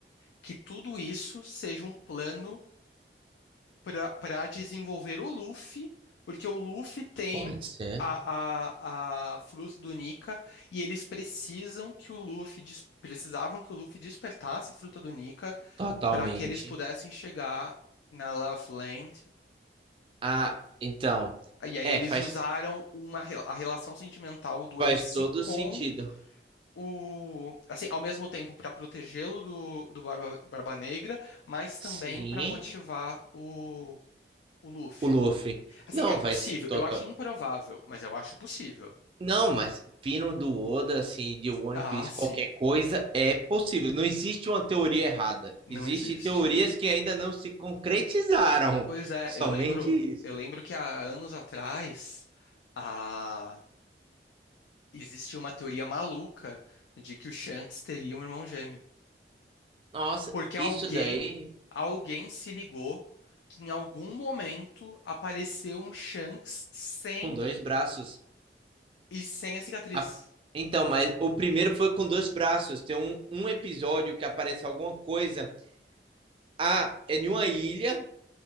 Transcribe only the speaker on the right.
Pode ser,
totalmente.
Ah, então,
é,
faz,
faz
todo
sentido.
Sim,
o Luffy.
Não,
faz total.
Não, mas vindo do Oda, assim, de One
Piece,
qualquer coisa é possível. Não existe uma teoria errada.
Existem
teorias que ainda não se concretizaram.
<laughs>
Somente
isso.
Nossa,
isso
daí
com dois braços.
A- Então, mas o primeiro foi com dois braços. Tem um, um episódio que aparece alguma coisa. Ah, é em uma ilha.